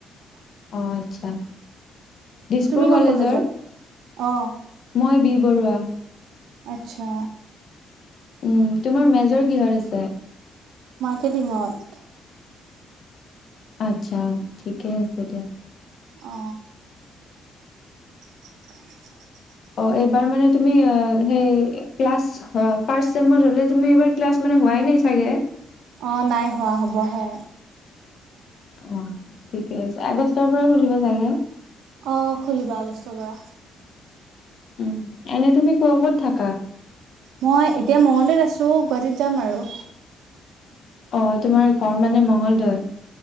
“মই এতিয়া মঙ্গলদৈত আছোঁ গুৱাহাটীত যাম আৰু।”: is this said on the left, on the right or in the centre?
Right